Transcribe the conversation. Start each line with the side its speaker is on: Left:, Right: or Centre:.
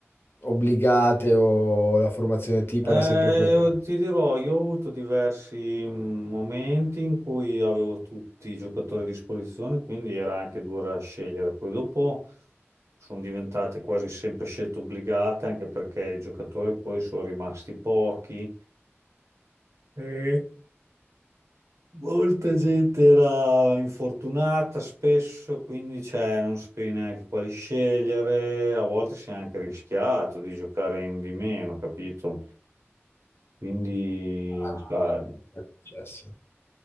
Left: obbligate o la formazione tipo
Right: Eh,
Left: era sempre quella?
Right: io ti dirò, io ho avuto diversi mm, momenti in cui avevo tutti i giocatori a disposizione, quindi era anche dura scegliere. Poi dopo sono diventate quasi sempre scelte obbligate, anche perché i giocatori poi sono rimasti pochi. E molta gente era infortunata spesso, quindi cioè, non sapevi neanche quali scegliere. A volte si è anche rischiato di giocare in di meno, capito? Quindi,
Left: Ah,
Right: sai.
Left: è successo.